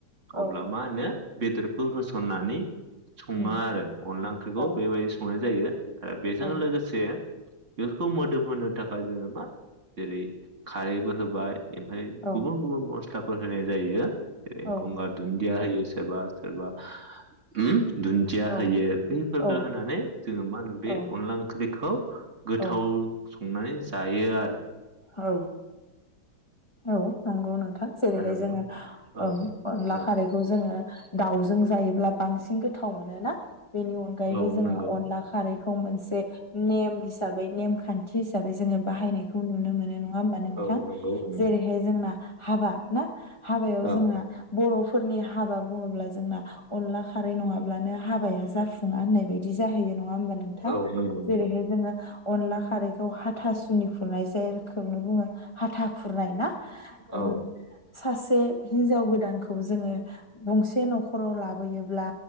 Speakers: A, on the left; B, on the right.
A: औ
B: अब्ला मा होनो बेदरखौ होसननानै सङो
A: उम
B: आरो अनला ओंख्रिखौ
A: औ
B: बेबायदि संनाय जायो। आरो बेजों
A: औ
B: लोगोसे बेफोरखौ मोदोम होनो थाखाय जोङो मा जेरै खारैबो होबाय इमफाय
A: औ
B: गुबुन गुबुन मसलाफ फोर होनाय जायो। ए
A: औ
B: गंगा दुनदिया होयो। सोरबा सोरबा उम दुन्दिया
A: औ
B: होयो बैफोरखो
A: औ
B: होनानै जोङो मा होनो बे
A: औ
B: अनला ओंख्रि खौ गोथाव
A: औ
B: अंनानै जायो आरो।
A: औ औ नंगौ नोंथां। जेरै हाय
B: आरो
A: जोंङो
B: मा औ
A: ओं अनला
B: औ
A: खारैखौ जों ङो दाव जों जायोब्ला बांसिन गोथाव मोनोना? बेनि अनगायैबो
B: औ
A: जोंङो
B: नंगौ
A: अनला खारै खौ मोनसे नेम हिसाबै नेम खान थि हिसाबै जोंङो बाहायनायखौ नुनो मोनो नंङा होमबा नोंथां?
B: औ नंगौ उम
A: जेरैहाय जोंना हाबा ना? हाबायाव
B: औ
A: जोंना बर' फोरनि हाबा बुंङोब्ला जोंना अनला खारै नंङाब्लानो हाबाया जाफुंङा होननाय बायदि जाहैयो नंङा होमबा नोंथां?
B: औ नंगौ
A: जेरै
B: नंगौ
A: हाय जोंङो अनला खारैखौ हाथासुनि खुरनाय जाय रोखोम नो बुंङो हाथा खुरनाय ना उम
B: औ
A: सासे हिनजाव गोदानखौ जोंङो गंसे नखराव लाबोयोब्ला